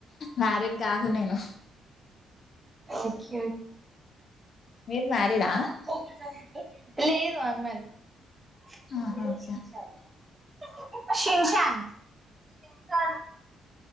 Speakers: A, on the left; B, on the right.
A: మ్యారీడ్ కాదు నేను
B: ఓకే
A: మీరు మ్యారీడా
B: ఓకే లేదు అన్మ్యారీడ్ <inaudible>
A: ఆహా ఓకే
B: శిన్శాన్ సిసా